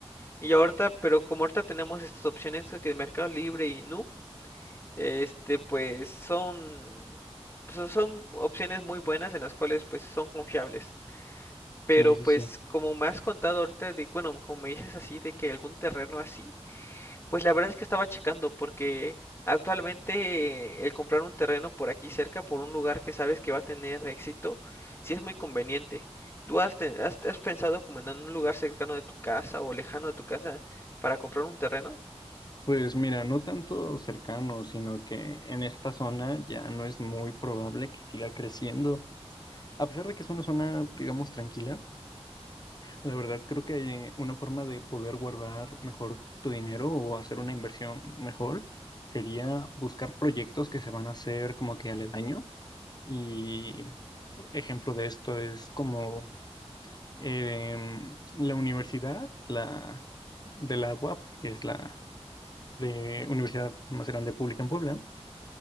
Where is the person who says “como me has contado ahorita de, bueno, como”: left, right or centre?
Left